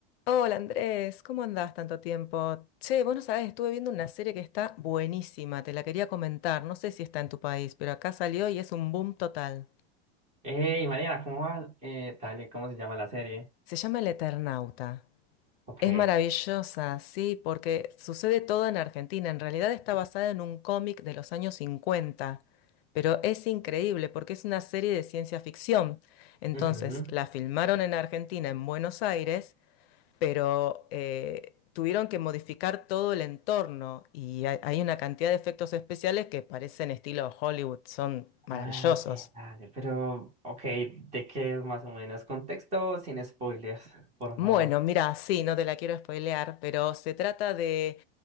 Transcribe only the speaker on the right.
Hey, Mariana, ¿cómo vas? Eh, dale, ¿cómo se llama la serie?
Ok.
ujú.
Ah, ok, dale, pero, ok, ¿de qué es más o menos? Contexto sin spoilers, por
favor.